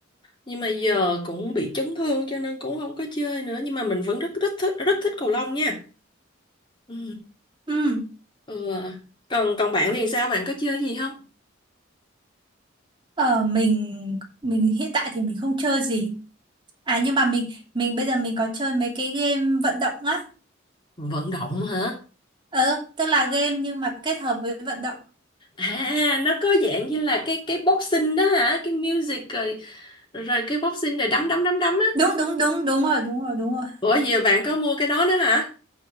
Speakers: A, on the left; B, on the right.
A: nhưng mà giờ cũng bị chấn thương cho nên cũng không có chơi nữa nhưng mà mình vẫn rất rất thích rất thích cầu lông nha. Ừ.
B: Ừ,
A: Ừ. Còn còn bạn thì sao? Bạn có chơi gì không?
B: ở mình mình hiện tại thì mình không chơi gì. À nhưng mà mình mình bây giờ mình có chơi mấy cái game vận động á.
A: Vận động hả?
B: Ờ, tức là game nhưng mà kết hợp với vận động.
A: À nó có dạng như là cái cái boxing đó hả? Cái music rồi rồi cái boxing rồi đấm đấm đấm đấm á.
B: Đúng đúng đúng đúng rồi, đúng rồi, đúng rồi.
A: Ủa giờ bạn có mua cái đó nữa hả?